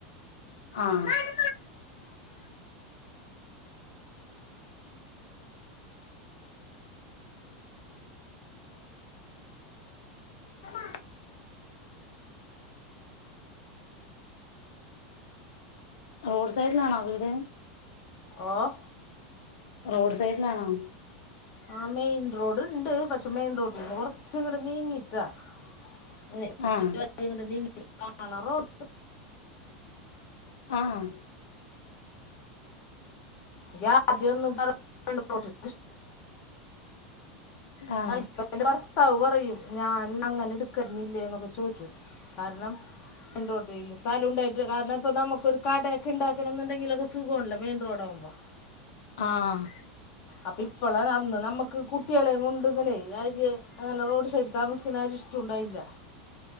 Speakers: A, on the left (about 75°); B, on the left (about 50°).
A: ആഹ് ആ റോഡ് സൈഡിലാണോ വീട്?
B: ഓഹോ?
A: റോഡ് സൈഡിലാണോ?
B: ആ മെയിൻ റോഡ്ണ്ട് പക്ഷെ മെയിൻ റോട്ടീന്ന് കൊറച്ച് ഇങ്ങട്ട് നീങ്ങിയിട്ടാ കൊറച്ചൂടി
A: ആഹ്
B: അകത്തോട്ട് നീങ്ങിയിട്ട് കാണ റോഡ്
A: ആഹ്
B: ഇയ്യ് ആദ്യൊന്നും പറ <unintelligible>
A: ആഹ്
B: ഇന്റെ ഭർത്താവ് പറയും ഞാൻ അങ്ങനെ എടുക്കാര്ന്നില്ലേ എന്നൊക്കെ ചോയ്ക്കു കാരണം മെയിൻറോട്ടില് സ്ഥലം ഉണ്ടായിട്ട് കാരണം ഇപ്പൊ നമുക്കൊരു കടയൊക്കെ ഇണ്ടാക്കാണംന്ന് ണ്ടെങ്കിലൊക്കെ സുഖവാണല്ലേ മെയിൻ റോഡാകുമ്പം
A: ആഹ്
B: അപ്പം ഇപ്പളാണ് അന്ന് നമ്മക്ക് കുട്ടിയളെ കൊണ്ട്ങ്ങനേ ആ ഒര് അങ്ങനെ റോഡ് സൈഡ് താമസിക്കുന്ന ഒരി വിശ്യ ഉണ്ടായില്ല